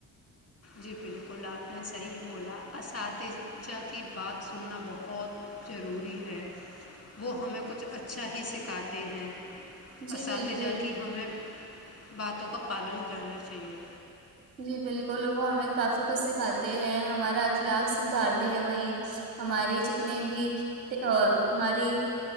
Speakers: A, on the left (about 30°); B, on the right (about 85°).
A: جی بالکل آپ نے صحیح بولا اساتذہ کی بات سننا بہت ضروری ہے وہ ہمیں کچھ اچھا ہی سکھاتے ہیں
B: جی
A: اساتذہ
B: بالکل
A: کہ ہمیں باتوں کا پالن کرنا چاہیے
B: جی بالکل وہ ہمیں کافی کچھ سکھاتے ہیں ہمارا اخلاق سدھارتے ہیں وہیں ہماری جتنی بھی ہماری